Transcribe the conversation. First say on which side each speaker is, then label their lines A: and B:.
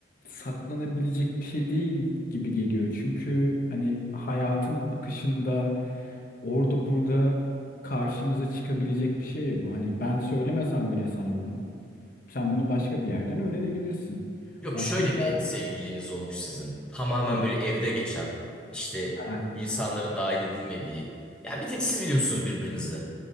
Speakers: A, on the left; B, in the centre.
A: saklanabilecek bir şey değil gibi geliyor. Çünkü hani hayatın akışında orada burada karşımıza çıkabilecek bir şey ya bu. Hani ben söylemesem bile sana bunu, sen bunu başka bir yerden öğrenebilirsin.
B: Yok
A: Başka
B: şöyle
A: bir yerden
B: bir sevgililiğiniz olmuş sizin. Tamamen
A: Hı.
B: böyle evde geçen, işte
A: Ha,
B: insanların dahil edilmediği. Yani bir tek siz biliyorsunuz birbirinizi.